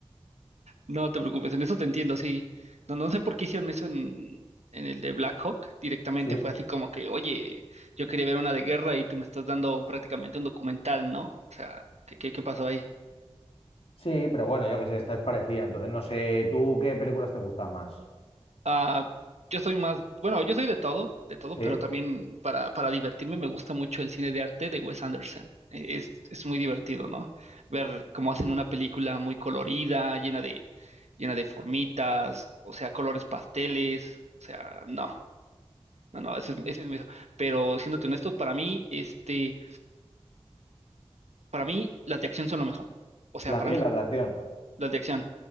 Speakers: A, on the right (about 90°); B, on the left (about 65°).
A: no te preocupes, en eso te entiendo, sí. No, no sé por qué hicieron eso en, en el de Black Hawk. Directamente
B: Sí.
A: fue así como que, oye, yo quería ver una de guerra y tú me estás dando prácticamente un documental, ¿no? O sea, ¿qué, qué, qué pasó ahí?
B: Sí, pero bueno, yo qué sé, esta es parecida. Entonces, no sé, ¿tú qué películas te gustan más?
A: Ah, yo soy más, bueno, yo soy de todo, de todo,
B: ¿Sí?
A: pero también para, para divertirme me gusta mucho el cine de arte de Wes Anderson. Eh, Es, es muy divertido, ¿no? Ver cómo hacen una película muy colorida, llena de, llena de formitas, o sea, colores pasteles, o sea, no, no, no, ese es, ese es mi- Pero siéndote honestos, para mí, este, para mí las de acción son lo mejor. O sea,
B: ¿La
A: para
B: qué?
A: mí,
B: Las de acción.
A: las de acción.